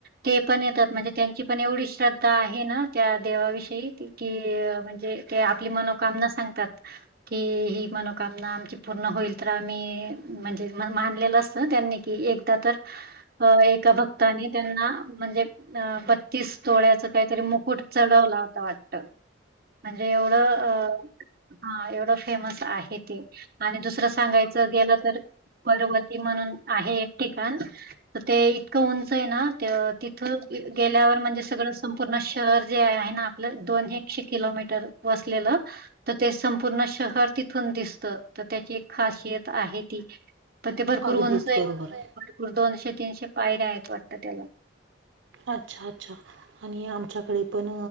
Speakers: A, on the right (about 50°); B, on the right (about 70°).
A: ते पण येतात म्हणजे त्यांची पण एवढी श्रद्धा आहे ना त्या देवाविषयी की की म्हणजे ते आपली मनोकामना सांगतात की ही, ही मनोकामना आमची पूर्ण होईल तर आम्ही म्हणजे मानलेल असत त्यांनी की एकदा तर एका भक्तानी त्यांना म्हणजे अ बत्तीस तोळ्याच काहीतरी मुकुट चढवला होता वाटत. म्हणजे एवढं अ हा एवढं फेमस आहे ते. आणि दुसरं सांगायचं गेलं तर परवती म्हणून आहे एक ठिकाण. त ते इतक उंच आहेना तिथं गेल्यावर म्हणजे सगळं संपूर्ण शहर जे आहेना आपलं दोन हे शे किलोमीटर वसलेलं तर ते संपूर्ण शहर तिथून दिसत. तर त्याची एक खासियत आहे ती पण ते भरपूर
B: अगदीच
A: उंच आहे
B: बरोबर
A: भरपूर दोनशे तीनशे पायऱ्या आहेत वाटत त्याला.
B: अच्छा अच्छा. आणि आमच्याकडे पण